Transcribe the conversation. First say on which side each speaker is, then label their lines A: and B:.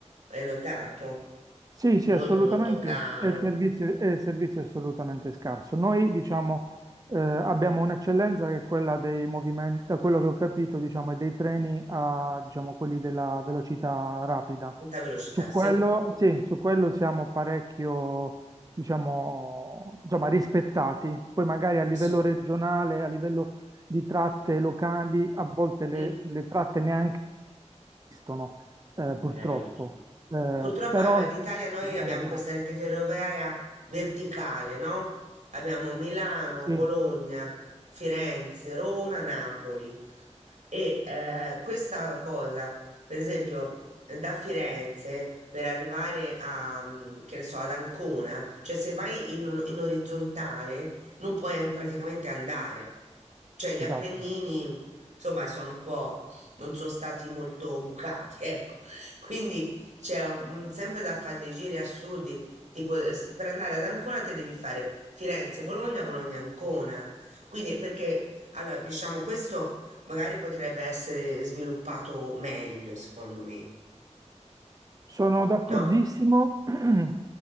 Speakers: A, on the right; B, on the right.
A: Hai notato?
B: sì, sì,
A: Molto,
B: assolutamente,
A: molto caro.
B: e il servizio, e il servizio è assolutamente scarso. Noi, diciamo, eh, abbiamo un'eccellenza che è quella dei movimenti, da quello che ho capito, diciamo, è dei treni a, diciamo, quelli della velocità rapida.
A: Molta velocità,
B: Su
A: sì.
B: quello, sì, su quello siamo parecchio, diciamo, insomma, rispettati. Poi magari a livello
A: Sì.
B: regionale, a livello di tratte locali, a volte le,
A: Mm.
B: le tratte neanche esistono, eh, purtroppo,
A: Eh,
B: Eh,
A: Purtroppo
B: però
A: allora, in Italia noi
B: bisogna
A: abbiamo
B: lavorare.
A: questa rete ferroviaria verticale, no? Abbiamo Milano,
B: Sì,
A: Bologna, Firenze, Roma, Napoli. E eh, questa cosa, per esempio, eh, da Firenze per arrivare a, mm, che ne so, ad Ancona, cioè se vai in, in orizzontale non puoi an- praticamente andare. Cioè gli
B: esatto.
A: Appennini, insomma, sono un po', non sono stati molto bucati, ecco. <laughs> Quindi c'è un- un- sempre da fare dei giri assurdi, tipo eh, s- per andare ad Ancona te devi fare Firenze-Bologna, Bologna-Ancona. Quindi, perché, allora, diciamo, questo magari potrebbe essere sviluppato meglio, secondo me,
B: Sono d'accordissimo,
A: no?
B: <clears throat>